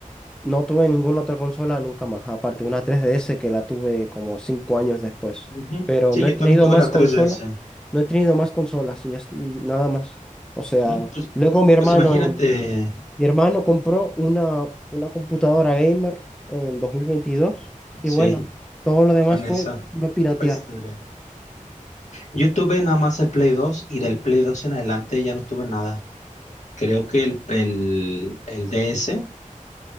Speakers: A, in the centre; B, on the left.
A: no tuve ninguna otra consola nunca más, aparte de una 3DS que la tuve como cinco años después.
B: ujú.
A: Pero
B: Sí,
A: no
B: yo
A: he tenido
B: también tuve
A: más
B: la
A: consola,
B: 3DS.
A: no he tenido más consolas y, ya es- y nada más. O sea,
B: Ujú, Pues,
A: luego mi hermano
B: pues imagínate,
A: en Mi hermano compró una, una computadora gamer en 2022 y
B: sí,
A: bueno, todo lo demás
B: con
A: fue
B: esa
A: no piratear.
B: fue historia. Yo tuve nada más el Play 2 y del Play 2 en adelante ya no tuve nada. Creo que el, el, el DS.